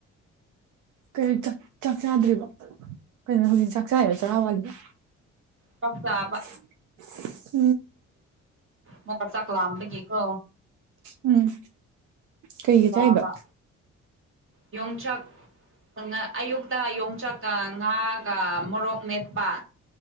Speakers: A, on the right; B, on the right.
A: ꯀꯩꯅꯣ ꯆꯥꯛ ꯆꯥꯛ ꯆꯥꯗ꯭ꯔꯤꯕꯣ ꯀꯩꯅꯣ ꯍꯧꯖꯤꯛ ꯆꯥꯛ ꯆꯥꯏꯔꯣ ꯆꯔꯥ ꯋꯥꯂꯤꯔꯣ
B: ꯆꯥꯛ ꯆꯥꯕ꯫
A: <unintelligible>
B: ꯃꯨꯀ ꯆꯥꯛꯂꯥꯝꯕꯒꯤꯀꯣ꯫
A: ꯎꯝ꯫ ꯀꯩꯒꯤ
B: ꯆꯥꯕ
A: ꯆꯥꯏꯕ
B: ꯌꯣꯡꯆꯥꯛ꯫ ꯐꯪꯉ ꯑꯌꯨꯛꯇ ꯌꯣꯡꯆꯥꯛꯀ ꯉꯥꯒ ꯃꯣꯔꯣꯛ ꯃꯦꯠꯄ꯫